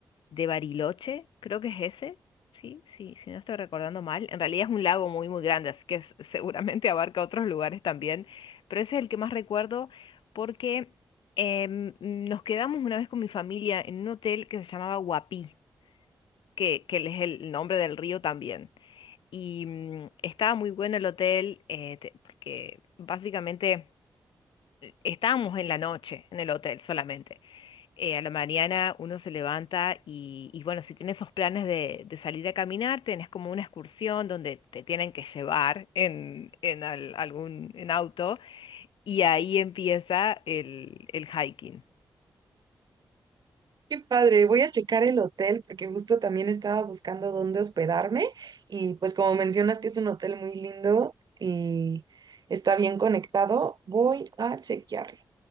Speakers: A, on the left (about 85°); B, on the right (about 55°).
A: de Bariloche, creo que es ese, sí, sí, si no estoy recordando mal. En realidad es un lago muy, muy grande, así que <laughs> es- seguramente abarca otros lugares también, pero ese es el que más recuerdo porque em, nos quedamos una vez con mi familia en un hotel que se llamaba Huapi que, que es el nombre del río también. Y mm, estaba muy bueno el hotel, eh, te- porque básicamente estábamos en la noche en el hotel solamente. Eh, a la mañana uno se levanta y, y bueno, si tienes esos planes de, de salir a caminar, tenés como una excursión donde te tienen que llevar en, en al- algún en auto y ahí empieza el, el hiking.
B: Qué padre, voy a checar el hotel porque justo también estaba buscando dónde hospedarme y pues como mencionas que es un hotel muy lindo y está bien conectado, voy a chequearlo.